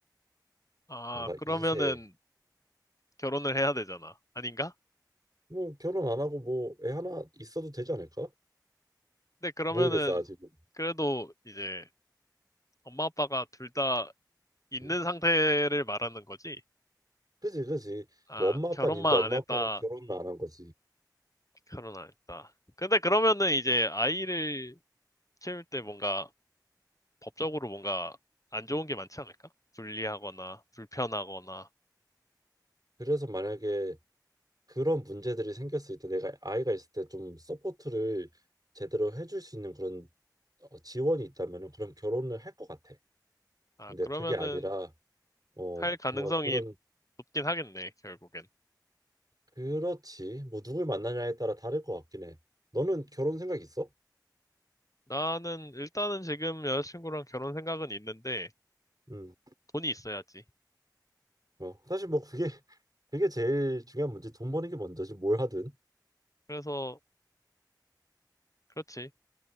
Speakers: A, on the left (about 50°); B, on the right (about 60°).
A: 아,
B: 뭔가
A: 그러면은
B: 2세
A: 결혼을 해야 되잖아. 아닌가?
B: 뭐 결혼 안 하고 뭐 애 하나 있어도 되지 않을까?
A: 근데 그러면은
B: 모르겠어 아직은.
A: 그래도 이제 엄마 아빠가 둘 다 있는
B: 음.
A: 상태를 말하는 거지?
B: 그지 그지.
A: 아,
B: 뭐 엄마 아빠는
A: 결혼만
B: 있는데 엄마
A: 안 했다.
B: 아빠가 결혼을 안 한 거지.
A: 결혼 안 했다. 근데 그러면은 이제 아이를 키울 때 뭔가 법적으로 뭔가 안 좋은 게 많지 않을까? 불리하거나 불편하거나.
B: 그래서 만약에 그런 문제들이 생겼을 때 내가 아이가 있을 때 좀 서포트를 제대로 해줄 수 있는 그런 어, 지원이 있다면은 그럼 결혼을 할 것 같아.
A: 아,
B: 근데
A: 그러면은
B: 그게 아니라 어,
A: 할 가능성이
B: 뭔가 그런
A: 높긴 하겠네, 결국엔.
B: 그렇지. 뭐 누굴 만나냐에 따라 다를 것 같긴 해. 너는 결혼 생각 있어?
A: 나는 일단은 지금 여자친구랑 결혼 생각은 있는데
B: 음.
A: 돈이 있어야지.
B: 어, 사실 뭐 그게 <laughs> 그게 제일 중요한 문제. 돈 버는 게 먼저지 뭘 하든.
A: 그래서 그렇지.